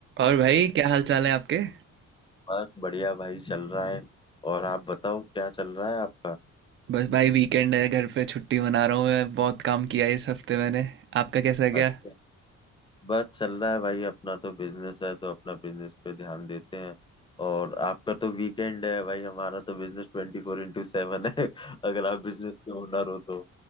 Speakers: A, on the right (about 40°); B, on the left (about 15°).
A: और भाई क्या हाल चाल है आपके
B: बस बढ़िया भाई चल रहा है और आप बताओ क्या चल रहा है आपका
A: बस भाई वीकेंड है घर पे छुट्टी मना रहा हूँ मैं बहुत काम किया है इस हफ्ते मैंने आपका कैसा
B: अच्छा
A: गया
B: बस चल रहा है भाई अपना तो बिजनेस है तो अपना बिजनेस पे ध्यान देते हैं और आपका तो वीकेंड है भाई हमारा तो business twenty four into seven है <laughs> अगर आप बिजनेस के ओनर हो तो